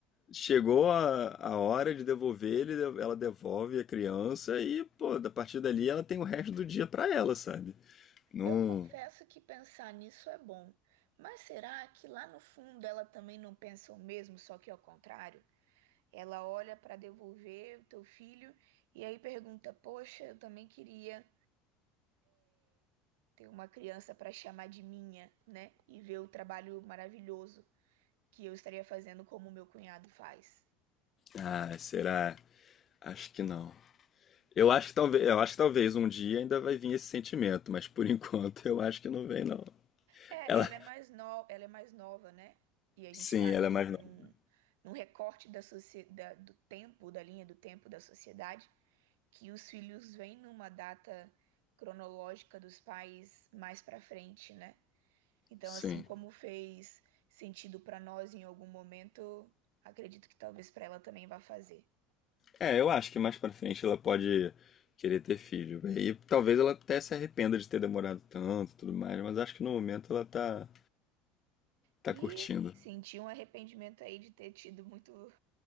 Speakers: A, on the left (about 40°); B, on the right (about 75°).
A: chegou a, a hora de devolver ele, ela devolve a criança e, pô, a partir dali ela tem o resto do dia pra ela, sabe? Não,
B: Eu confesso que pensar nisso é bom, mas será que lá no fundo ela também não pensa o mesmo, só que ao contrário? Ela olha para devolver o teu filho e aí pergunta: Poxa, eu também queria ter uma criança para chamar de minha, né? E ver o trabalho maravilhoso que eu estaria fazendo como meu cunhado faz.
A: Ah, será? Acho que não. Eu acho que talvez, eu acho que talvez um dia ainda vai vir esse sentimento, mas por <laughs> enquanto eu acho que não vem, não.
B: É,
A: Ela,
B: ela é mais no... ela é mais nova, né? E a gente
A: sim,
B: está
A: ela
B: num,
A: é mais
B: num,
A: nova.
B: num recorte da socie... da- do tempo, da linha do tempo da sociedade, que os filhos vêm numa data cronológica dos pais mais para frente, né? Então,
A: Sim.
B: assim como fez sentido para nós em algum momento, acredito que talvez para ela também vá fazer.
A: É, eu acho que mais pra frente ela pode querer ter filho. E talvez ela até se arrependa de ter demorado tanto, e tudo mais, mas acho que no momento ela tá tá
B: E
A: curtindo.
B: senti um arrependimento aí de ter tido muito,